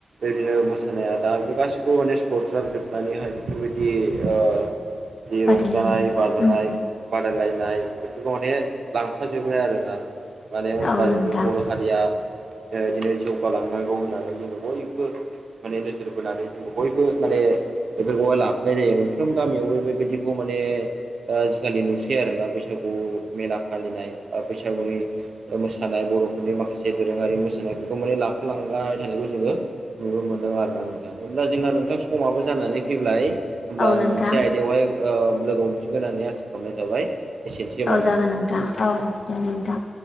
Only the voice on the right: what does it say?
दिनो मोसानाया दा बे गासैखौबो माने सरजाब जोबनानैहाय बेफोरबायदि ओ जि
रंजानाय बाजानाय बादायलायनाय बेफोरखौ माने लांफाजोबो आरोना माने होमबा
जोंनि बर' हारिया ओ दिनै जौगालांनांगौ होननानै जोङो बयबो माने नोजोर बोनानै जों बयबो माने बेफोरखौहाय लाफानाय जायो मोनफ्रोम गामियावबो बेबायदिखौ माने ओ आजिखालि नुसै आरोना बैसागु मेला फालिनाय बा बैसागुनि ओ मोसानाय बर'फोरनि माखासे दोरोङारि मोसानायफोरखौ माने लाफालांबाय थानायखौ जोङो नुनो मोनदों आरोना नोंथां अब्ला जोंना नोंथां समाबो जानानै फैब्लाय होमब्ला
मोनसे आयदायावहाय ओ लोगो मोनफिगोनखौहाय आसा खालामनाय थाबाय। एसेनोसै होनबा